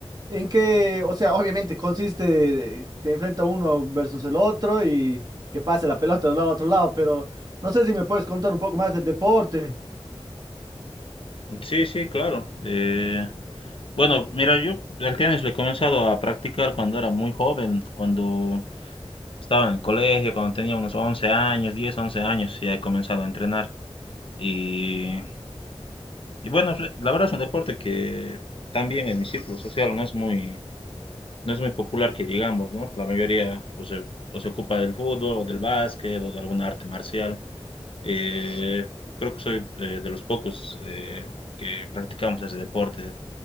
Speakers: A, on the right; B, on the left.
A: en qué, o sea, <laughs> obviamente consiste, se enfrenta uno versus el otro y que pase la pelota de un lado a otro lado, pero no sé si me puedes contar un poco más del deporte.
B: Sí, sí, claro. Eh, bueno, mira, yo el tenis lo he comenzado a practicar cuando era muy joven, cuando estaba en el colegio, cuando tenía unos 11 años, 10, 11 años, ya he comenzado a entrenar. Y Y bueno, pues, la verdad es un deporte que también en mi círculo social no es muy, no es muy popular que digamos, ¿no? La mayoría o se, o se ocupa del fútbol, o del básquet, o de alguna arte marcial. Eh, creo que soy eh, de los pocos eh, que practicamos ese deporte